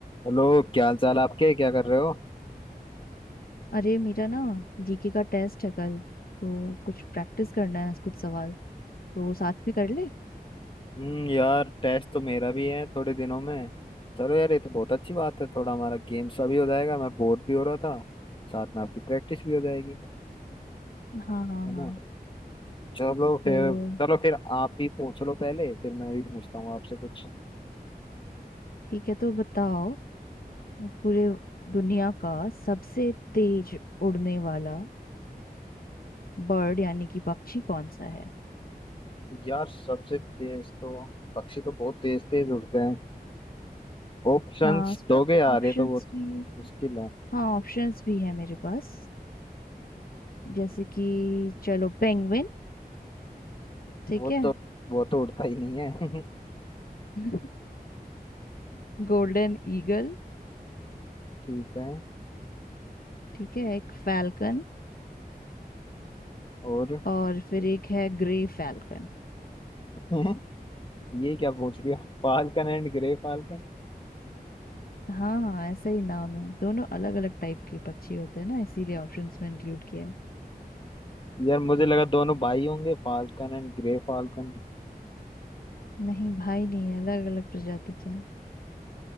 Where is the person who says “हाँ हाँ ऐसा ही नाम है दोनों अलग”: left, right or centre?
Left